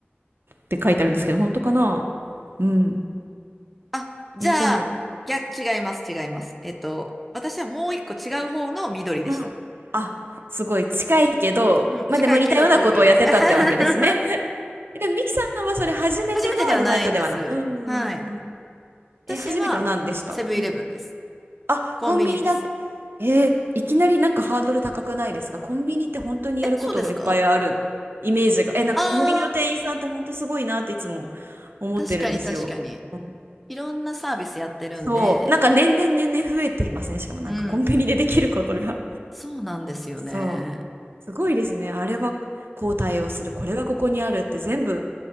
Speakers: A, on the right (about 65°); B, in the centre.
A: て書いてあるんですけど、本当かなうん。
B: あ、じゃあ、
A: え、でも、
B: 逆、違います、違います。えっと、私はもう一個違う方の緑でした。
A: うん。あ、すごい近いけど、
B: うん、
A: まあでも似たようなことをやってたってわけですね。
B: 近いけど遠い。<laughs>
A: <laughs> でも、ミキさんはそれ初めてのアルバイトではない。
B: 初めてではないんです。
A: うん。
B: はい。私は、
A: え、初めては何でしたうん。
B: セブンイレブンです。
A: あ、
B: コンビニです。
A: コンビニだ。えーいきなりなんかハードル高くないですかコンビニって本当にやることがいっぱいあるイメージが。
B: え、そうですか
A: え、なんかコンビニの店員さんって本当すごいなっていつも
B: ああ
A: 思ってるんですよ。
B: ー、確かに確かに。
A: うん
B: いろんなサービスやってるんで、
A: そう。なんか年々年々増えていませんしかもなんかコンビニでできることが。
B: うん、そうなんですよね。
A: そう。すごいですね。あれはこう対応する、これはここにあるって全部、